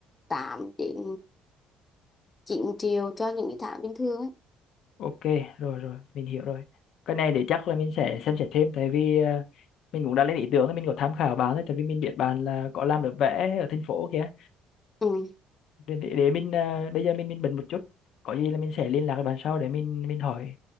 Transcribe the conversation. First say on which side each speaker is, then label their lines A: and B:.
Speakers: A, on the left; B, on the left.
A: 8 đến 9 triệu cho những cái tháng bình thường ấy.
B: ok rồi rồi mình hiểu rồi cái này để chắc là mình sẽ xem xét thêm tại vì ờ, mình cũng đã lên ý tưởng là mình có tham khảo bạn đấy tại vì mình biết bạn là có làm được vẽ ở thành phố kìa
A: Ừ.
B: để, để để mình ờ, bây giờ mình mình bận một chút có gì là mình sẽ liên lạc với bạn sau để mình mình hỏi